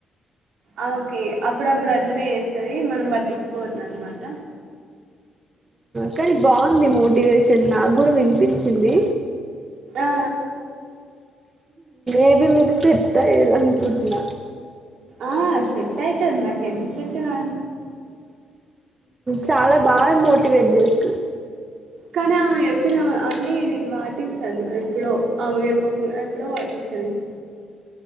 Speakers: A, on the right; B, on the right.
A: ఆమే కి అప్పుడప్పుడు అట్లనే చేస్తది మనం పట్టించుకోవద్దు అనమాట
B: కానీ బాగుంది మోటివేషన్ నాకు కూడా వినిపించింది
A: ఆ
B: ఏది మీకు తైలనుకుంటనా
A: ఆ సెట్యితేందక ఎంత సెట్ కా
B: చాలా బాగా మోటివేట్ చేస్తుాంది
A: కానీ ఆమె చెప్పిన అన్ని నేను వాటిస్తాను ఎప్పుడో ఆమె గ చెప్పకుడా ఎప్పుడో వాటిస్తాను నేను